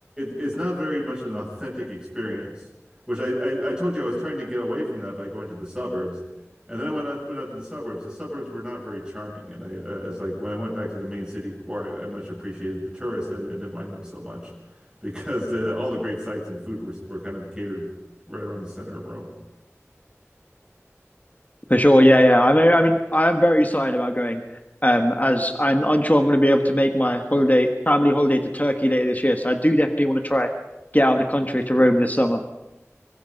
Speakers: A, on the right; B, on the left.
A: it's not very much an authentic experience, which I, I, I told you I was trying to get away from that by going to the suburbs. And then I went out went out to the suburbs. The suburbs were not very charming. And I, I was like, when I went back to the main city core, I, I much appreciated the tourists. I I didn't mind them so much because uh, all the great sites and food were were kind of catered right around the center of Rome.
B: For sure, yeah, yeah. I mean, I mean, I am very excited about going. Um, as I'm unsure I'm going to be able to make my holiday, family holiday to Turkey later this year. So I do definitely want to try get out of the country to Rome this summer.